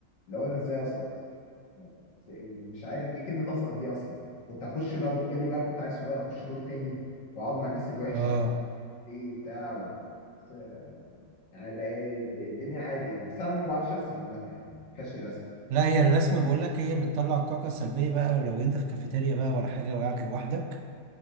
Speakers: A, on the left; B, on the right.
A: اللي هو انا ازاي اسقط إزاي- مش عارف ايه كلمه اسقط دي اصلا كنت اخش بقى وفي بالي بقى كنت عيل صغير اخش دور تاني واقعد مع الناس الوحشه
B: اه
A: ايه بتاع و- بس، آه، يعني بقى الدنيا عادي يعني بس انا ما بعرفش ارسم عامه يعني فاشل الرسم
B: لا هي الرسم بقول لك هي بتطلع الطاقة السلبية بقى ولو انت في كافيتيريا بقى ولا حاجة وقعت لوحدك